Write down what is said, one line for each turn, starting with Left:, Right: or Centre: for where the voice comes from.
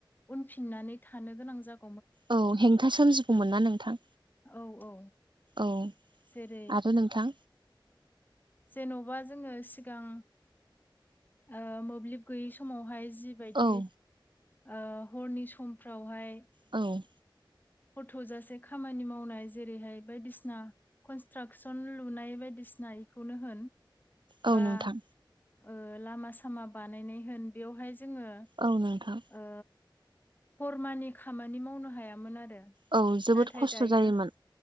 Left: उनफिननानै थानो गोनां जा
Right: औ हेंथा सोमजिगौमोन ना नोंथां
Left: औ औ
Right: औ
Left: जेरै
Right: आरो नोंथां
Left: जेनबा जोङो सिगां ओ मोब्लिब गैयै समावहाय जि बायदि
Right: औ
Left: ओ हरनि समफ्रावहाय
Right: औ
Left: हर थौजासे खामानि मावनाय जेरैहाय बायदिसिना कनस्ट्राकसन लुनाय बायदिसिना इखौनो होन
Right: औ
Left: बा
Right: नोंथां
Left: ओ लामा सामा बानायनाय होन बेयावहाय जोङो
Right: औ नोंथां
Left: ओ हरमानि खामानि मावनो हायामोन आरो
Right: औ जोबोद
Left: नाथाय
Right: खस्थ'
Left: दायो
Right: जायोमोन